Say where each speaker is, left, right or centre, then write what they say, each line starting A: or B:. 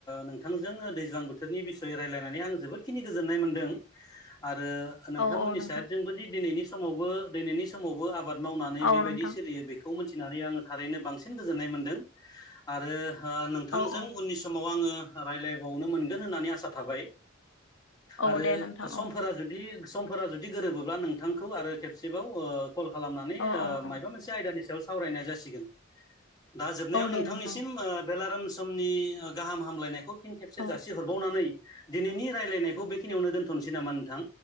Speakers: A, on the left; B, on the left.
A: नोंथांजों दैज्लां बोथोरनि। बिसयै रायजलायनानै आं जोबोदखिनि गोजोननाय मोनदों। आरो नोंथांमोननि
B: औ औ नोंथां
A: सायड जोंबो जि दिनैनि समावबो दिनैनि समावबो आ मावनानै
B: औ
A: बेबायदि
B: नोंथां
A: सोलियो बेखौ मिथिनानै आङो थारैनो बांसिन गोजोननाय मोनदों आरो। ओ-नोंथांजों
B: औ औ
A: उननि समाव आङो रायलायबावनो मोनगोन होननानै आसा थाबाय।
B: औ
A: आरो
B: दे नोंथां
A: समफोरा
B: औ
A: जुदि। समफोरा जुदि गोरोबोबा नोंथांखौ आरो खेबसेबाव ओ-कल खालामनानै
B: औ
A: ओ-मायबा
B: औ औ
A: मोनसे आयदानि सायाव सावरायनाय जासिगोन। दा जोबनायाव
B: औ
A: नोंथांनिसिम
B: दे नोंथां
A: ओ बेलाराम समनि गाहाम हामलायनायखौ। फिन खेबसे
B: औ।
A: जासि हरबावनानै दिनैनि रायलायनायखौ बेखिनियावनो दोनथनोसै नामा नोंथां?